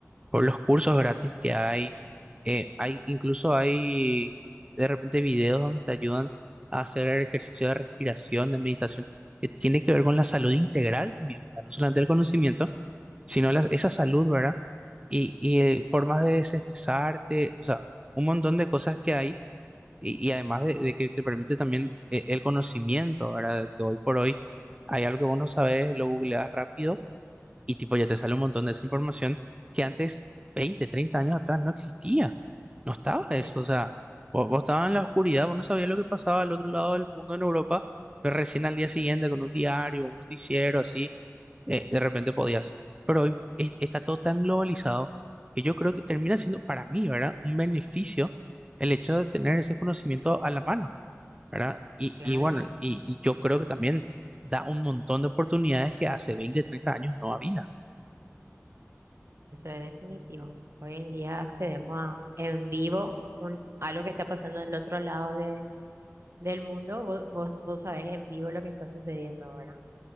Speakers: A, on the right; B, on the right.
A: por los cursos gratis que hay. Eh, hay, incluso hay de repente videos donde te ayudan a hacer ejercicio de respiración, de meditación, que tiene que ver con la salud integral también, ¿verdad? No solamente el conocimiento, sino las- esa salud, ¿verdad? Y, y eh, formas de desestresarte, o sea, un montón de cosas que hay y, y además de, de que te permite también eh, el conocimiento, ¿verdad? Que hoy por hoy hay algo que vos no sabes, lo googleas rápido y tipo ya te sale un montón de esa información que antes, 20 30 años atrás, no existía. No estaba
B: sí,
A: eso. O
B: sí,
A: sea, vos, vos estabas en la oscuridad, vos no sabías lo que pasaba al otro lado del mundo en Europa, pero recién al día siguiente con un diario, un noticiero, así eh, de repente podías. Pero hoy es- está todo tan globalizado que yo creo que termina siendo para mí, ¿verdad? Un beneficio el hecho de tener ese conocimiento a la mano, ¿verdad? Y,
B: claro,
A: y bueno, y, y yo creo que también da un montón de oportunidades que hace 20 30 años no había.
B: eso es definitivo. Hoy en día accedemos a en vivo un, a lo que está pasando en el otro lado de, del mundo. Vos, vos, vos sabés en vivo lo que está sucediendo, ¿verdad?